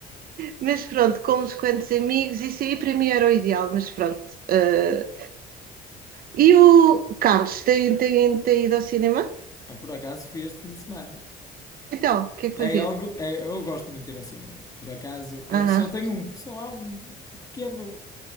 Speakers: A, on the right; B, on the left.
A: mas pronto, com uns quantos amigos, isso aí para mim era o ideal, mas pronto. Uh, e o Carlos, tem, tem, tem ido ao cinema?
B: Ah, Por acaso fui este fim de semana.
A: Então, o que é que
B: É
A: foi ver?
B: algo, é- eu gosto muito de ir ao cinema. Por acaso, eh,
A: Aham,
B: só tenho um, só há um pequeno,